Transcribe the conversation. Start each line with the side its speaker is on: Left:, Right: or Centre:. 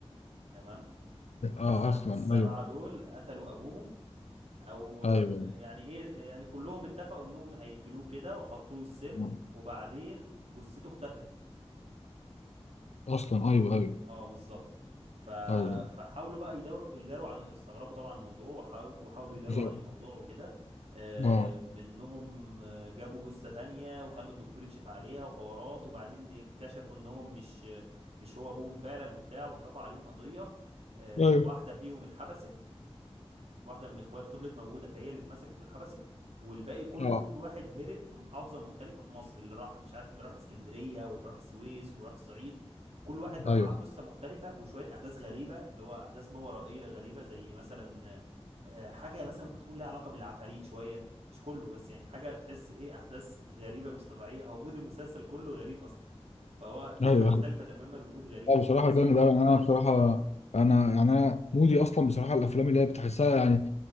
Right: تمام
Left: اه
Right: السب-
Left: اصلا
Right: السبعه
Left: ايوه
Right: دول قتلوا ابوهم او
Left: ايوه
Right: آه، يعني ايه يعني كلهم اتفقوا انهم هيقتلوه كده وحطوا له السم
Left: آه.
Right: وبعدين جثته اختفت
Left: اصلا ايوه ايوه
Right: اه بالظبط ف...
Left: ايوه
Right: فحاولوا بقى يداروا يداروا عن استغربوا طبعا الموضوع وحاو- وحاولوا يداروا
Left: بالظبط
Right: عن الموضوع وكده آه،
Left: اه
Right: بانهم آه، جابوا جثة تانية وخلوا الدكتور يكشف عليها وحوارات وبعدين اتكشفوا انهم مش مش هو ابوهم فعلا وبتاع واترفع عليهم قضية آه،
Left: ايوه
Right: واحدة فيهم اتحبست واحده من الاخوات فضلت موجوده فهي اللي اتمسكت واتحبست والباقي كله
Left: اه
Right: كل واحد هرب في محافظه مختلفه في مصر اللي راح مش عارف اللي راح اسكندريه واللي راح السويس واللي راح الصعيد كل واحد بقى
Left: ايوه
Right: معاه قصه مختلفه وشويه احداث غريبه اللي هو احداث ما ورائيه غريبه زي مثلا آه، حاجه مثلا ممكن تكون لها علاقه بالعفاريت شويه مش كله بس يعني حاجه تحس ايه احداث غريبه مش طبيعيه هو مود المسلسل كله غريب اصلا فهو فكره
Left: ايوه
Right: مختلفه تماما ومود غريب
Left: اه بصراحه
Right: واحداث
Left: جامد
Right: غريبه
Left: قوي انا بصراحه انا يعني انا مودي اصلا بصراحه الافلام اللي هي بتحسها يعني